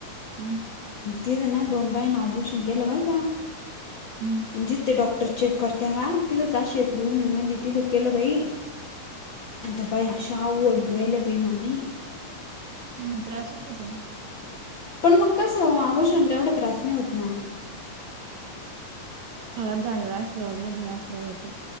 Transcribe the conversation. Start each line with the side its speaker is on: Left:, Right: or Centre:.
Right: हं.
Left: तिद ना दोन बायांनी अबोर्शन केलं बरं का.
Right: हं.
Left: जिथ ते डॉक्टर चेक करता का तिथंच अशी एक रूम ये मधी. तिथं केलं बाई. अन त्या बाया अशा वरडू रायल्या बाई मामी.
Right: म त्रासच होतो.
Left: पण मग कसं ओ? ओबर्शनला एवढं त्रास नाही होत ना.
Right: खराब झालेला असल्यावर, मध्ये हे असल्यावर होतो.